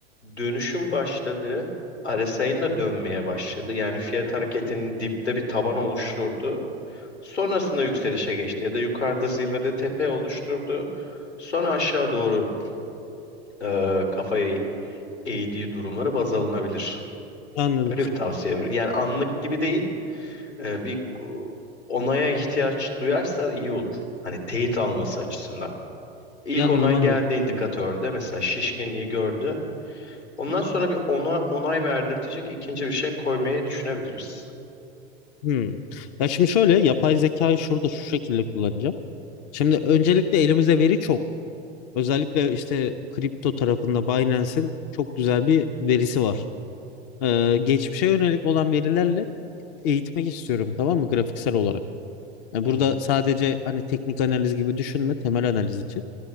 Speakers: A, on the left; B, on the left.
A: dönüşün başladığı RSI'nin de dönmeye başladı. Yani fiyat hareketinin dipte bir taban oluşturdu. Sonrasında yükselişe geçti ya da yukarıda zirvede tepe oluşturdu. Sonra aşağı doğru e, kafayı AD durumları baz alınabilir.
B: anladım.
A: Öyle bir tavsiye veriyorum. Yani anlık gibi değil, e, bir e, onaya ihtiyaç duyarsa iyi olur. Hani teyit alması açısından. İlk
B: Anladım
A: onay
B: anladım.
A: geldi indikatörde mesela şişkinliği gördü. Ondan sonra bir ona onay verdirtecek ikinci bir şey koymayı düşünebiliriz.
B: Hmm. Ya şimdi şöyle yapay zekayı şurada şu şekilde kullanacağım. Şimdi öncelikle elimize veri çok. Özellikle işte kripto tarafında Binance'in çok güzel bir verisi var. Ee, geçmişe yönelik olan verilerle eğitmek istiyorum tamam mı grafiksel olarak. Yani burada
A: Hı hı.
B: sadece hani teknik analiz gibi düşünme temel analiz için.